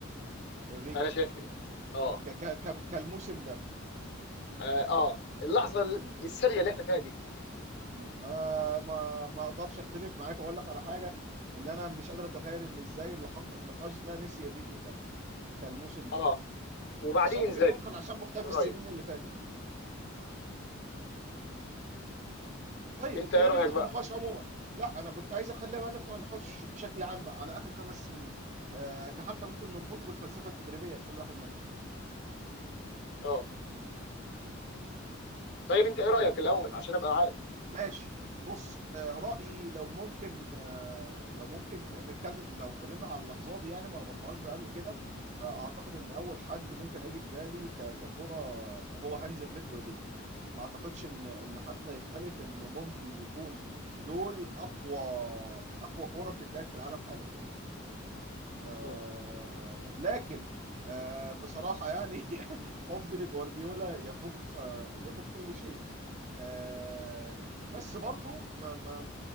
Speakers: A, on the right; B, on the left.
A: الريكي
B: انا شايف كده اه
A: ك... ك... ك... كالموسم ده
B: اه, آه. اللحظه ال-
A: مم.
B: الثانيه اللي احنا فيها دي
A: مم. انا ما ما اقدرش اختلف معاك واقول لك على حاجه ان انا مش قادر اتخيل ان ازاي اللي حط النقاش ده نسي الريكي فعلا كالموسم ده
B: اه وبعديه
A: بس هو
B: انزاجي
A: ممكن يكون كان عشان مختفي
B: في رايي
A: السنين اللي فاتت طيب
B: انت
A: خلينا
B: ايه رايك
A: نفتح
B: بقى
A: النقاش عموما لا انا كنت عايز اخليها بقى نفتح النقاش بشكل عام بقى على اخر خمس سنين آه كحتى ممكن نربطه بالفلسفه التدريبيه لكل واحد
B: اه طيب انت ايه رايك الاول
A: منهم
B: عشان ابقى عارف
A: ماشي بص آه، رأيي لو ممكن آه، لو ممكن نتكلم لو اتكلمنا على اللحظات دي يعني ما ربطناهاش بقى قبل كده فأعتقد إن أول حد ممكن هيجي في بالي ك- ككرة هو هانز فليك وإنريكي ما أعتقدش إن إن حد يختلف إن ممكن يكون دول أقوى أقوى كرة بتتلعب في العالم حاليا آه
B: مم.
A: لكن آه بصراحة يعني <laughs> حبي لجوارديولا يفوق آه يفوق كل شيء آه بس برضو ما ما